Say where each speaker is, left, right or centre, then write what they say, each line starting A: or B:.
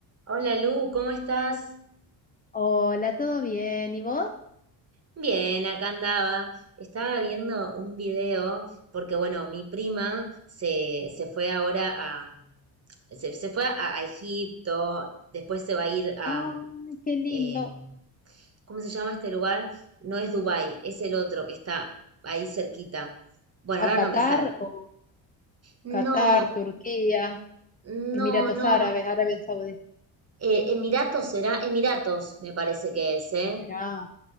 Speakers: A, on the right; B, on the left.
A: Hola Lu, ¿cómo estás?
B: Hola, ¿todo bien? ¿Y vos?
A: Bien, acá andaba. Estaba viendo un video porque, bueno, mi prima se, se fue ahora a... Se, se fue a, a Egipto, después se va a ir a...
B: Ay, qué lindo.
A: em, ¿cómo se llama este lugar? No es Dubái, es el otro que está ahí cerquita. Bueno,
B: ¿A
A: ahora
B: Qatar
A: no me sale.
B: o
A: No,
B: Qatar, Turquía,
A: no,
B: Emiratos
A: no.
B: Árabes, Arabia Saudita?
A: eh, Emiratos será, Emiratos me parece que es, ¿eh?
B: Emiratos,